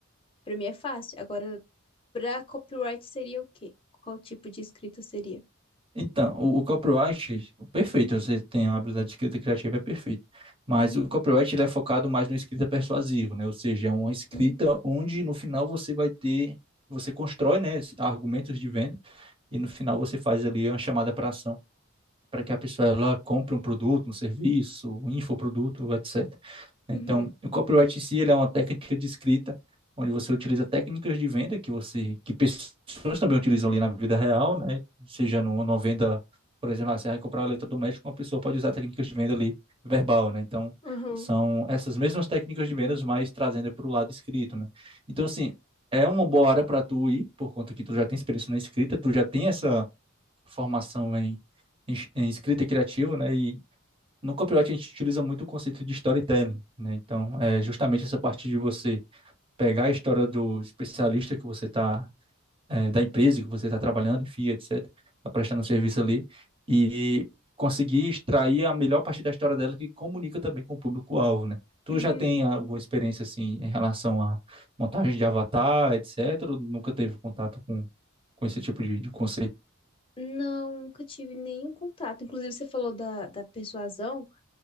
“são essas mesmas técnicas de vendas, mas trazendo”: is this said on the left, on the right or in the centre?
Right